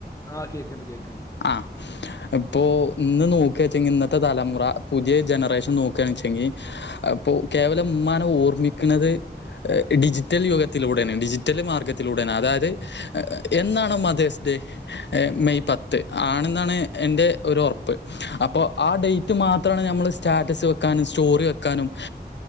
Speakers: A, on the left; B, on the left.
A: ആ കേൾക്കുന്നുണ്ട് കേൾക്കുന്നുണ്ട്.
B: ആ ഇപ്പോ ഇന്ന് നോക്കിയാച്ചെങ്കി ഇന്നത്തെ തലമുറ പുതിയ ജനറേഷൻ നോക്കാണച്ചെങ്കി അപ്പൊ കേവലം ഉമ്മാനെ ഓർമ്മിക്ക്ണത് ഡിജിറ്റൽ യുഗത്തിലൂടെയാണ് ഡിജിറ്റൽ മാർഗത്തിലൂടെ അതായത് എന്നാണ് മതേഴ്സ് ഡേ മെയ് പത്ത് ആണെന്നാണ് എന്റെ ഒരു ഉറപ്പ് അപ്പോ ആ ഡേറ്റ് മാ മാത്രമാണ് നമ്മള് സ്റ്റാറ്റസ് വെക്കാന് <unintelligible> വെക്കാനും